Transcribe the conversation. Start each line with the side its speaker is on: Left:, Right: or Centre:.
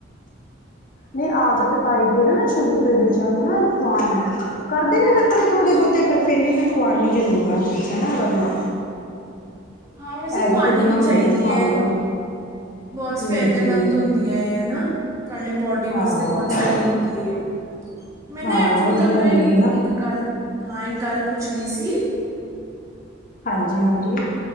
Left: ਨਹੀਂ, ਆਦਤ ਪਾਈਦੀ ਨਾ ਸ਼ੁਰੂ ਤੋਂ ਹੀ ਬੱਚਿਆਂ ਨੂੰ ਨਾ ਖੁਆਣ ਦੀ, ਕਰਦੇ ਨੇ ਨਖ
Right: ਅੱਛਾ
Left: ਰੇ ਥੋੜੇ-ਬਹੁਤੇ, ਪਰ ਫਿਰ ਵੀ ਮੈਂ ਖੁਆਉਣੀ ਜ਼ਰੂਰ ਆ ਚੀਜ਼ਾਂ ਨਾ ਐ ਵਾਲੀਆਂ।
Right: ਹਾਂ, ਵੈਸੇ
Left: ਇਹੀ
Right: ਖੁਆਣੀ
Left: ਵਧੀਆ
Right: ਵੀ
Left: ਹੁੰਦੀਆਂ
Right: ਚਾਹੀਦੀ
Left: ਖਾਣੀਆਂ
Right: ਹੈ। ਬਹੁਤ
Left: ਹਮ
Right: ਫਾਇਦੇ
Left: ਹਮ
Right: ਮੰਦ ਹੁੰਦੀਆਂ, ਹਨਾ? ਤੁਹਾਡੇ ਬੋਡੀ ਵਾਸਤੇ
Left: ਹਾਂ
Right: ਬਹੁਤ ਸਹੀ
Left: ਇਹ
Right: ਹੁੰਦੀ। ਮੈਂ ਨਾ
Left: ਹਾਂ
Right: ਐਕਚੁਲੀ
Left: ਵਧੀਆ
Right: ਤੁਹਾਨੂੰ
Left: ਹੁੰਦੀ
Right: ਇਹ
Left: ਹੈ ਨਾ
Right: ਇੱਕ ਗੱਲ, ਹਾਂ, ਇੱਕ ਗੱਲ ਪੁੱਛਣੀ ਸੀ?
Left: ਹਾਂਜੀ, ਹਾਂਜੀ।